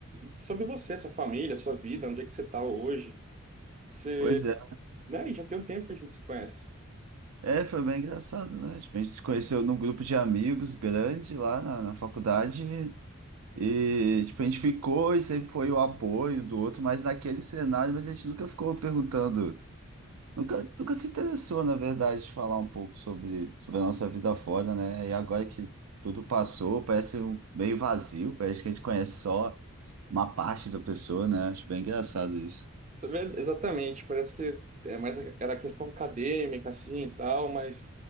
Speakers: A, on the right; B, on the right.
A: sobre você, sua família, sua vida, onde é que você tá hoje. Você,
B: Pois é.
A: né, e já tem um tempo que a gente se conhece.
B: É, foi bem engraçado, né? Tipo, a gente se conheceu num grupo de amigos grande lá na, na faculdade e, tipo, a gente ficou e sempre foi o apoio do outro, mas naquele cenário, mas a gente nunca ficou perguntando. Nunca, nunca se interessou, na verdade, de falar um pouco sobre, sobre a nossa vida fora, né? E agora que tudo passou, parece um- meio vazio, parece que a gente conhece só uma parte da pessoa, né? Acho bem engraçado isso.
A: Tá vendo? Exatamente, parece que é mais era questão acadêmica assim e tal, mas